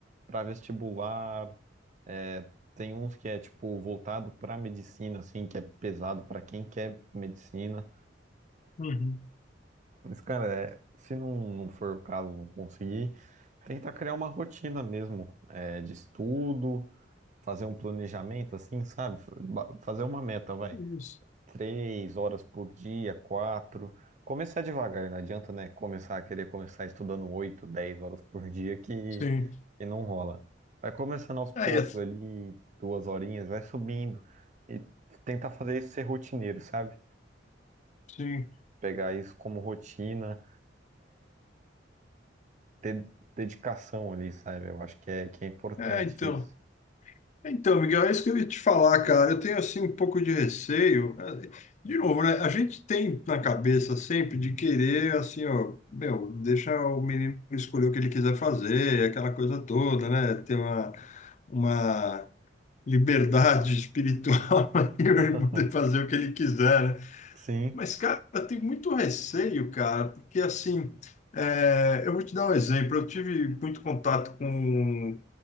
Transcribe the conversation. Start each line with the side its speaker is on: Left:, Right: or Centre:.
Right: para vestibular. é, Tem uns que é, tipo, voltado pra medicina, assim, que é pesado pra quem quer medicina.
Left: Uhum.
Right: Mas, cara, é, se não, não for o caso, não conseguir, tentar criar uma rotina mesmo, é, de estudo, fazer um planejamento, assim, sabe? Ba- Fazer uma meta, vai.
Left: Isso.
Right: três horas por dia, quatro. Começar devagar, não adianta, né? Começar a querer começar estudando oito, dez horas por dia que,
Left: Sim.
Right: que não rola. Vai começando aos poucos
Left: É, e-
Right: ali, duas horinhas, vai subindo. E tentar fazer isso ser rotineiro, sabe?
Left: sim.
Right: Pegar isso como rotina, ter dedicação ali, sabe? Eu acho que é, que é importante
Left: É, então.
Right: isso.
Left: Então, Miguel, é isso que eu ia te falar, cara. Eu tenho, assim, um pouco de receio. É, De novo, né? A gente tem na cabeça sempre de querer, assim, ó, meu, deixa o menino escolher o que ele quiser fazer, aquela coisa toda, né? Ter uma, uma liberdade espiritual <laughs> para
Right: <laughs>
Left: poder fazer o que ele quiser, né.
Right: Sim.
Left: Mas, cara, tem muito receio, cara, porque assim, é, eu vou te dar um exemplo. Eu tive muito contato com,